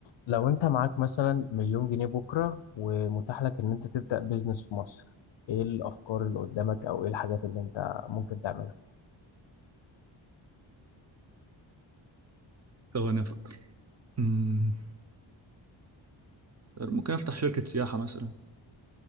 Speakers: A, on the left; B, on the right.
A: لو انت معاك مثلا مليون جنيه بكرة ومتاح لك ان انت تبدأ بيزنس في مصر ايه الافكار اللي قدامك او ايه الحاجات اللي انت ممكن تعملها
B: ثواني أفكر أمم، ممكن أفتح شركة سياحة مثلا